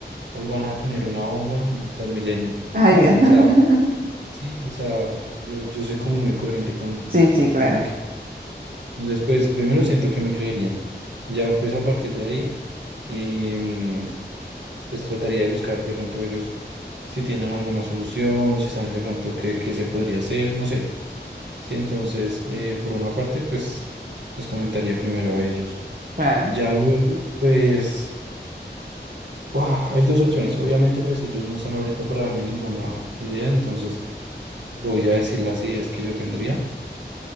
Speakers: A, on the right (about 75°); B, on the right (about 55°).
A: hoy van a poner una bomba en el Transmilenio.
B: Ay,
A: No,
B: Dios.
A: o
B: <laughs>
A: sea, Sí, o sea, yo, yo soy como muy coherente con,
B: Sí, sí, claro,
A: con lo que... Entonces, pues primero siento que me creerían. Ya pues a partir de ahí, em, pues trataría de buscar de pronto ellos si tienen alguna solución, si saben de pronto qué, qué se podría hacer, no sé. Sí, entonces, eh, por una parte, pues les comentaría primero a ellos.
B: claro.
A: Ya luego, pues, ¡guau! hay dos opciones. Obviamente, pues ellos no están ahorita para darme ninguna idea, entonces voy a decir las ideas que yo tendría.